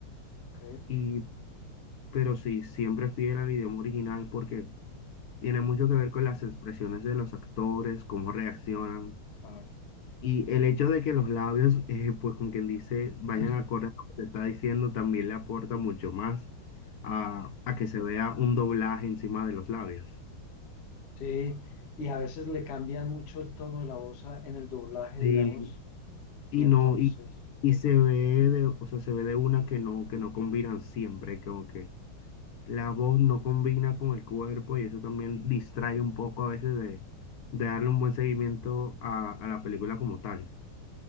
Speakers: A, on the left; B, on the left.
A: Ok,
B: Y pero sí, siempre fiel al idioma original porque tiene mucho que ver con las expresiones de los actores, cómo reaccionan
A: claro.
B: y el hecho de que los labios, <laughs> eh, pues como quien dice, vayan
A: <laughs>
B: acorde a lo que se está diciendo, también le aporta mucho más a, a que se vea un doblaje encima de los labios.
A: Sí, y a veces le cambian mucho el tono de la voz a- en el doblaje,
B: Sí,
A: digamos,
B: y
A: y entonces,
B: no, y, y se ve de, o sea, se ve de una que no, que no combinan siempre, como que la voz no combina con el cuerpo y eso también distrae un poco a veces de, de darle un buen seguimiento a, a la película como tal.